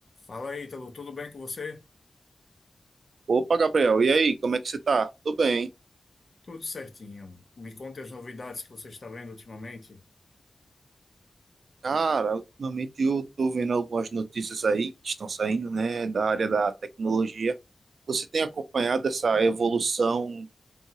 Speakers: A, on the left; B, on the right.
A: Fala aí, Ítalo, tudo bem com você?
B: Opa, Gabriel, e aí, como é que você tá? Tô bem.
A: Tudo certinho. Me conte as novidades que você está vendo ultimamente.
B: Cara, ultimamente eu tô vendo algumas notícias aí que estão saindo, né, da área da tecnologia. Você tem acompanhado essa evolução